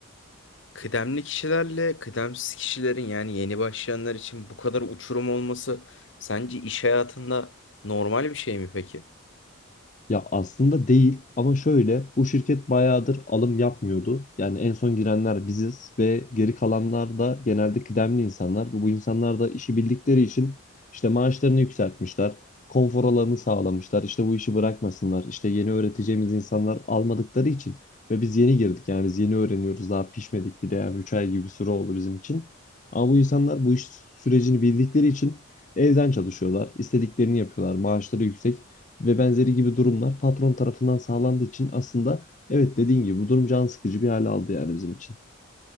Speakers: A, on the left (about 60°); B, on the left (about 35°).
A: Kıdemli kişilerle kıdemsiz kişilerin yani yeni başlayanlar için bu kadar uçurum olması sence iş hayatında normal bir şey mi peki?
B: Ya aslında değil ama şöyle bu şirket bayağıdır alım yapmıyordu. Yani en son girenler biziz ve geri kalanlar da genelde kıdemli insanlar. Bu, bu insanlar da işi bildikleri için işte maaşlarını yükseltmişler, konfor alanını sağlamışlar. İşte bu işi bırakmasınlar. İşte yeni öğreteceğimiz insanlar almadıkları için ve biz yeni girdik yani biz yeni öğreniyoruz daha pişmedik bile yani 3 ay gibi bir süre oldu bizim için. Ama bu insanlar bu iş sürecini bildikleri için evden çalışıyorlar, istediklerini yapıyorlar, maaşları yüksek ve benzeri gibi durumlar patron tarafından sağlandığı için aslında evet dediğin gibi bu durum can sıkıcı bir hale aldı yani bizim için.